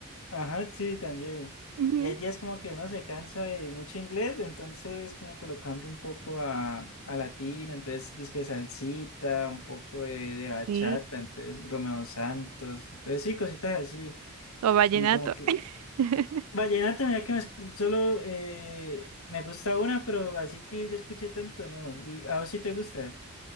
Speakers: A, on the left; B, on the right.
A: Ajá, sí, también.
B: Ujú.
A: Y hay días como que uno se cansa de mucho inglés, entonces como que lo cambio un poco a, a latino, entonces disque salsita, un poco de, de bachata,
B: Sí.
A: entonces Romeo Santos, entonces sí, cositas así.
B: O vallenato.
A: Y como que
B: <laughs>
A: vallenato, mira que me escu- solo eh, me gusta una, pero así que yo escuché tanto, ¿no? ¿Y a vos sí te gusta?